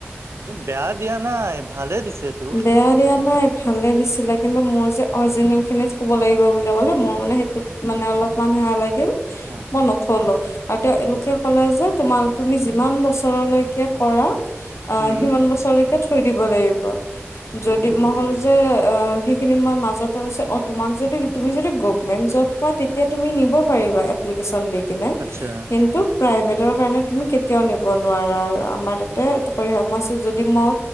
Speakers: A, on the right (about 70°); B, on the left (about 80°).
A: বেয়া দিয়া। নাই ভালে দিছে তো
B: বেয়া দিয়া নাই ভালে দিছিলেগ। কিন্তু মোৰ যে অৰিজিনেল খিনিত থ'ব লাগিব বুলি ক'লে মোৰ মানে সেইটোত মানে অলপমান সেয়া লাগি <unintelligible>
A: হা
B: মই নথ'লো আৰু তেওঁলোকে
A: আচ্ছা
B: ক'লে যে তোমাৰ তুমি যিমান বছৰলৈকে কৰা অ'
A: উম
B: সিমান বছৰলৈকে থৈ দিব লাগিব। যদি
A: অ
B: মই ক'লো যে অ' সেই কেইদিনমান মাজত আছে অ' তোমাক যদি তুমি যদি গভাৰমেণ্ট জব পোৱা তেতিয়া তুমি নিব পাৰিবা এপ্লিকেচন দি কিনে,
A: আচ্ছা
B: কিন্তু প্ৰাইভেটৰ কাৰনে তুমি কেতিয়াও নিব নোৱাৰা আমাৰ তাতে আগতে এইটো কৰি <unintelligible> যদি মোৰ